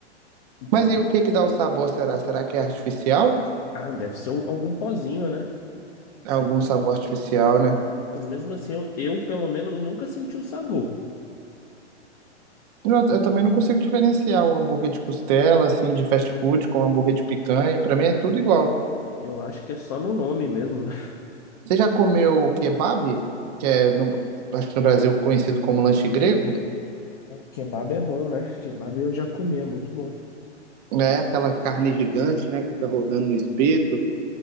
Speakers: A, on the left; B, on the right.
A: Pois-
B: Mas e o que que dá o sabor, será? Será que é artificial?
A: Ah, deve ser o- algum pozinho, né?
B: algum
A: Que tal?
B: sabor artificial, né?
A: Mas mesmo assim, eu, eu pelo menos nunca senti o sabor.
B: Eu, eu também não consigo diferenciar o hambúrguer de costela, assim, de fast food com um hambúrguer de picanha. Pra mim é tudo igual.
A: Eu acho que é só no nome mesmo, né?
B: Você já comeu kebab? Que é, no, acho que no Brasil conhecido como lanche grego?
A: Kebab é bom, né? Kebab eu já comi, é muito bom.
B: É aquela carne gigante, né? Que fica rodando no espeto.